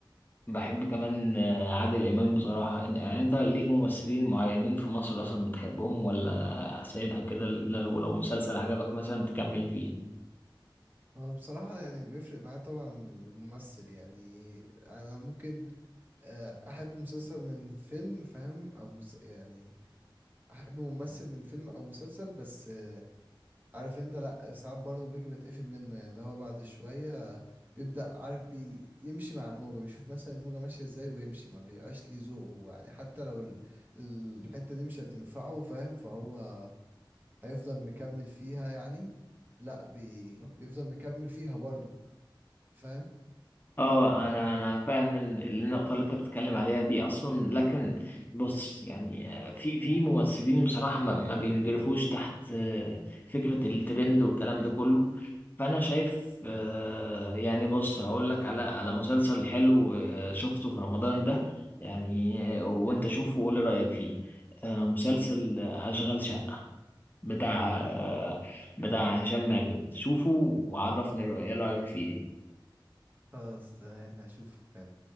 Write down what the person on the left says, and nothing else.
بحب كمان آه، عادل إمام بصراحة إن- يعني أنت ليك ممثلين معينين في مصر أصلا بتحبهم ولا سايبها كده إلا لو لو مسلسل عجبك مثلا تكمل فيه؟
اه انا انا فاهم ال- النقطه اللي انت بتتكلم عليها دي اصلا لكن بص يعني آه، في في ممثلين بصراحه ما, ما بينجرفوش تحت آه، فكره الترند والكلام ده كله فانا شايف آه، يعني بص هقول لك على على مسلسل حلو آه، شفته في رمضان ده يعني آه، وانت شوفه وقول لي رايك فيه آه، مسلسل آه، اشغال شقه بتاع آه، بتاع هشام ماجد شوفه وعرفني رأي- ايه رايك فيه